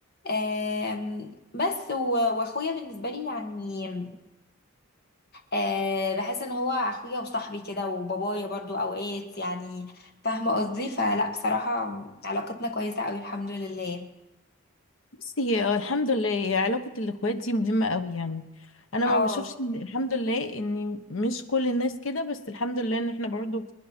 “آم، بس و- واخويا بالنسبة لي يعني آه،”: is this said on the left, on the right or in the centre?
Left